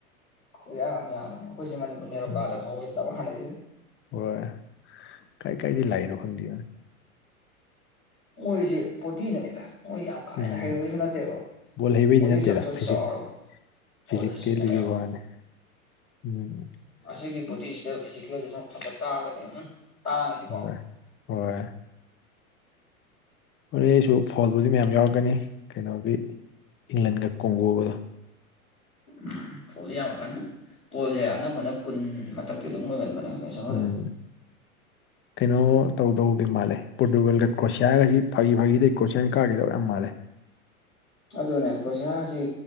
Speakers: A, on the left; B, on the left.
A: ꯈꯨꯌꯥꯝ ꯑꯃꯥ ꯌꯥꯝꯕꯅꯦ ꯑꯩꯈꯣꯏꯁꯤ ꯃꯅꯤꯄꯨꯔ ꯅꯦꯔꯣꯀꯥꯗ
B: ꯎꯝ
A: ꯐꯥꯎꯗꯕ ꯗꯥꯃꯥ ꯂꯩꯕꯥꯅꯦ
B: ꯍꯣꯏ ꯀꯥꯏ ꯀꯥꯏꯗꯒꯤ ꯂꯥꯛꯏꯅꯣ ꯈꯪꯗꯦ
A: ꯃꯣꯢꯁꯤ ꯕꯣꯗꯤꯅꯅꯤꯗ ꯃꯣꯏ ꯌꯥꯝ ꯀꯥ
B: ꯎꯝ
A: ꯍꯦꯟꯅ ꯍꯩꯔꯨꯕꯩꯁꯨ ꯅꯠꯇꯦꯕ
B: ꯕꯣꯜ ꯍꯩꯕꯩꯗꯤ
A: ꯕꯣꯗꯤ
B: ꯅꯠꯇꯦꯗ
A: ꯏꯁꯇ꯭ꯔꯛꯆꯔ
B: ꯐꯤꯖꯤꯛ
A: ꯆꯥꯎꯔꯒꯥ
B: ꯐꯤꯖꯤꯀꯦꯜꯗꯨꯒꯤ
A: ꯃꯣꯏ ꯐꯤꯖꯤꯛꯇꯥꯅꯦꯕ
B: ꯋꯥꯅꯤ ꯎꯝ
A: ꯑꯁꯤꯒꯤ ꯕꯣꯗꯤꯁꯤꯗ ꯐꯤꯖꯤꯀꯦꯜꯗꯖꯨ ꯐꯖꯥ ꯇꯥꯔꯒꯗꯤ ꯎꯝ ꯇꯥꯡꯉꯤꯁꯤꯀꯣ
B: ꯍꯣꯏ ꯍꯣꯏ ꯍꯣꯔꯦꯟꯁꯨ ꯐꯣꯟꯕꯨꯗꯤ ꯃꯌꯥꯝ ꯌꯥꯎꯔꯛꯀꯅꯤ ꯀꯩꯅꯣꯒꯤ ꯏꯪꯂꯟꯒ ꯀꯣꯡꯒꯣꯒꯗꯨ
A: ꯎꯝ ꯐꯣꯜꯗꯤ ꯌꯥꯝꯃꯀꯥꯅꯤ ꯐꯣꯜꯁꯦ ꯑꯅꯝꯕ ꯀꯨꯟ ꯃꯊꯛꯇꯤ ꯑꯗꯨꯝ ꯑꯣꯏꯒꯟꯕꯅꯦ ꯃꯦꯠꯁ ꯑꯃꯗ
B: ꯎꯝ ꯀꯩꯅꯣ ꯇꯧꯗꯧꯗꯤ ꯃꯥꯜꯂꯦ ꯄꯣꯔꯇꯨꯒꯜꯒ ꯀ꯭ꯔꯣꯁꯤꯌꯥꯒꯁꯤ ꯐꯥꯒꯤ ꯐꯥꯒꯤꯗꯩ ꯀ꯭ꯔꯣꯁꯤꯌꯥ ꯀꯥꯒꯤꯗꯧ ꯌꯥꯝ ꯃꯥꯜꯂꯦ
A: ꯑꯗꯨꯅꯦ ꯀ꯭ꯔꯣꯁꯤꯌꯥꯔꯁꯤ